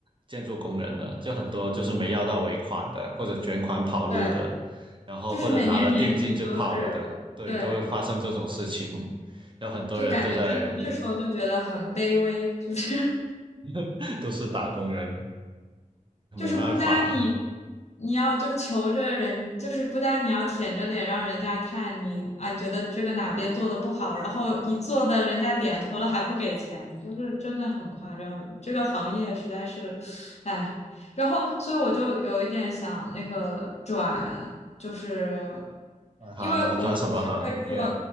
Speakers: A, on the right; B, on the left.
A: 建筑工人呢，就很多就是没要到尾款的，或者卷款跑路的，
B: 对，
A: 然后或者拿了定金就跑了的，
B: 就是每年年底都是，
A: 对，
B: 对，
A: 都会发生这种事情。有很多人就在
B: 就感觉真这时候就觉得很卑微，就是。
A: <laughs> 都是打工人，
B: 就是不单你
A: 没办法，
B: 你要就求着人，就是不单你要舔着脸让人家看你啊，你觉得这个哪边做的不好，然后你做的人家点头了还不给钱，就是真的很夸张。我这个行业实在是，唉。然后，所以我就有一点想那个转，就是
A: 转行嘛，
B: 因为我们不是可以做，
A: 转什么行？耶、